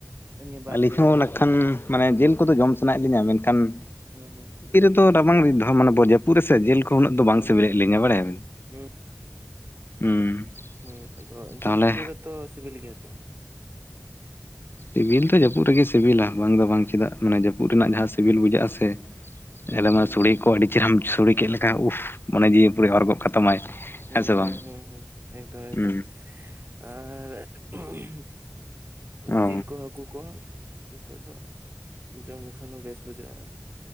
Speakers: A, on the right; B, on the left.
A: ᱱᱤᱭᱟᱹ ᱵᱟᱨ
B: ᱟᱹᱞᱤᱧ
A: ᱫᱤᱱ
B: ᱦᱚᱸ
A: ᱫᱚ ᱦᱟᱯᱮ
B: ᱱᱟᱜᱠᱷᱟᱱ ᱢᱟᱱᱮ ᱡᱤᱞ ᱠᱚᱫᱚ ᱡᱚᱢ ᱥᱟᱱᱟᱭᱮᱜ ᱞᱤᱧᱟ ᱢᱮᱱᱠᱷᱟᱱ-
A: <unintelligible> ᱦᱩᱸ ᱦᱩᱸ
B: ᱛᱳ ᱨᱟᱵᱟᱝ ᱫᱷᱟᱣ ᱢᱟᱱᱮ ᱵᱟ ᱡᱟᱹᱯᱩᱫ ᱨᱮ ᱥᱮ ᱡᱮᱞ ᱠᱚ ᱩᱱᱟᱹᱜ ᱫᱚ ᱵᱟᱝ
A: ᱦᱩᱸ
B: ᱥᱤᱵᱮᱞᱮᱜ
A: ᱦᱩᱸ
B: ᱞᱤᱧᱟ ᱵᱟᱲᱟᱭᱟ ᱵᱤᱱ᱾
A: ᱦᱩᱸ
B: ᱦᱩᱸ <unintelligible>
A: ᱦᱩᱸ ᱟᱫᱚ
B: ᱛᱟᱦᱚᱞᱮ
A: ᱡᱟᱹᱯᱩᱫ ᱨᱮᱜᱮ ᱛᱚ ᱥᱤᱵᱤᱞ ᱜᱮᱭᱟ ᱛᱚ᱾
B: ᱥᱤᱵᱤᱞ ᱫᱚ ᱡᱟᱹᱯᱩᱫ ᱨᱮᱜᱮ ᱥᱤᱵᱤᱞᱟ ᱵᱟᱝ ᱫᱚ ᱵᱟᱝ ᱪᱮᱫᱟᱜ ᱢᱟᱱᱮ ᱡᱟᱹᱯᱩᱫ ᱨᱮᱱᱟᱜ ᱡᱟᱦᱟᱸ ᱥᱤᱵᱤᱞ ᱵᱩᱡᱷᱟᱹᱜ-ᱟ ᱥᱮ᱾ ᱦᱮᱞᱮᱢᱟ
A: ᱦᱩᱸ
B: ᱥᱩᱲᱮ
A: ᱦᱩᱸ
B: ᱠᱚ ᱟᱹᱰᱤ ᱪᱮᱦᱨᱟᱢ ᱥᱩᱲᱮ ᱠᱮᱜ ᱞᱮᱠᱟ ᱩᱦ ᱢᱚᱱᱮ ᱡᱤᱣᱤ ᱯᱩᱨᱟᱹ ᱚᱨ ᱜᱚᱜ ᱠᱟᱛᱟᱢᱟᱭ᱾
A: ᱦᱩᱸ
B: ᱦᱮᱸ ᱥᱮ
A: ᱦᱩᱸ
B: ᱵᱟᱝ
A: ᱦᱩᱸ ᱦᱩᱸ ᱮᱠᱫᱚᱢ ᱮᱠᱫᱚᱢ
B: ᱦᱩᱸ
A: ᱟᱨ- <unintelligible>
B: ᱚ
A: ᱡᱤᱞ ᱠᱚ ᱦᱟᱹᱠᱩ ᱠᱚ᱾ ᱱᱤᱛᱚᱜ ᱫᱚ ᱡᱚᱢ ᱞᱮᱠᱷᱟᱱ ᱦᱚᱸ ᱵᱮᱥ ᱵᱩᱡᱷᱟᱹᱜᱼᱟ ᱟᱨᱠᱤ᱾